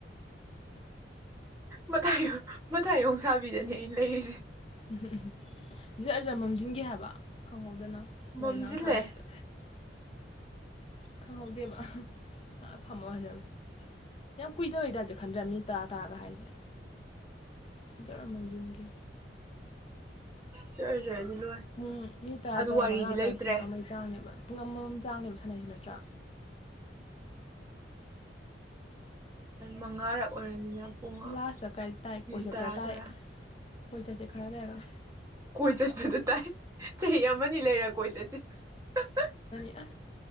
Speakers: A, on the right; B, on the left.
A: ꯃꯊꯥꯏ ꯃꯊꯥꯏ ꯌꯣꯡꯁꯕꯤꯗꯅꯦ ꯑꯩ ꯂꯩꯔꯤꯁꯦ
B: ꯎꯝ ꯎꯝ ꯎꯝ ꯁꯤꯖ ꯑꯖ ꯃꯝꯁꯤꯟꯒꯦ ꯍꯥꯏꯕ ꯈꯪꯍꯧꯗꯅ ꯍꯣꯏ
A: ꯃꯝꯁꯤꯜꯂꯦ
B: ꯉꯍꯥꯛ ꯁꯥꯕꯁꯤꯗ ꯈꯪꯍꯧꯗꯦꯕ ꯑꯍ ꯐꯝꯃꯣ ꯍꯥꯏꯖꯕꯁ ꯌꯥꯝ ꯀꯨꯏꯗꯧꯣꯏꯇꯥꯔꯗꯤ ꯈꯟꯗ꯭ꯔꯦ ꯃꯤ ꯇꯔꯥ ꯇꯔꯥꯒ ꯍꯥꯏꯁꯦ ꯖꯔꯥ ꯃꯥꯡꯖꯤꯟꯒ
A: ꯆꯔ ꯆꯔꯗꯤ ꯂꯣꯏ
B: ꯄꯨꯡ ꯃꯤ ꯇꯔꯥ
A: ꯑꯗꯨ
B: ꯇꯔꯥꯃꯉꯥꯥꯛꯇ
A: ꯋꯥꯔꯤꯗꯤ ꯂꯩꯇ꯭ꯔꯦ
B: ꯄꯨꯡ ꯑꯃꯒꯤ ꯆꯥꯡꯅꯦꯕ ꯄꯨꯡ ꯑꯃꯃꯝ ꯆꯥꯡꯅꯦꯕ ꯁꯥꯟꯅꯩꯁꯤ ꯅꯠꯇ꯭ꯔꯥ
A: ꯃꯉꯥꯔꯛ ꯑꯣꯏꯔꯕꯅꯤꯅ ꯄꯨꯡ
B: ꯂꯥꯁꯇ ꯀꯥꯏ ꯇꯥꯏ
A: ꯃꯤꯅꯤꯠ
B: ꯀꯣꯏ ꯆꯠꯄꯗ
A: ꯇꯔꯥ
B: ꯇꯥꯔꯛꯑꯦ
A: ꯇꯔꯥ
B: ꯀꯣꯏ ꯆꯠꯁꯦ ꯈꯔ ꯂꯩꯔꯒ
A: ꯀꯣꯏ ꯆ ꯅꯗ ꯇꯥꯏ ꯆꯍꯤ ꯑꯃꯅꯤ ꯂꯩꯔ ꯀꯣꯏ ꯆꯠꯁꯤ ꯍꯍ
B: ꯑ